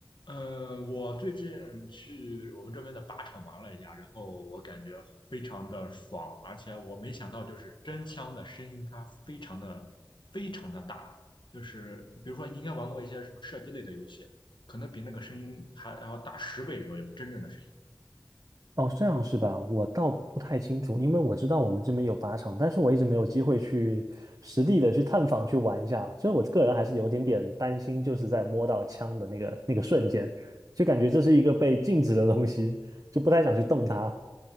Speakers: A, on the left (about 80°); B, on the right (about 45°).
A: 嗯，我最近去我们这边的靶场玩了一下，然后我感觉非常的爽，而且我没想到，就是真枪的声音它非常的非常的大，就是比如说你应该玩过一些什么射击类的游戏，可能比那个声音还要大十倍左右，真正的声音。
B: 哦，这样是吧？我倒不太清楚，因为我知道我们这边有靶场，但是我一直没有机会去实地的去探访去玩一下。所以我个人还是有点点担心，就是在摸到枪的那个那个瞬间，就感觉这是一个被禁止的东西，就不太想去动它。